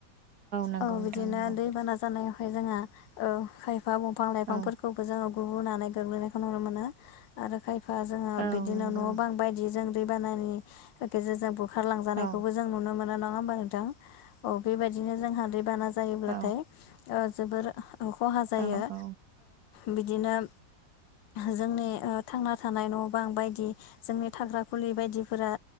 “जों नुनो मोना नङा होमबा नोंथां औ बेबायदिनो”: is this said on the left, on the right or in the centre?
Left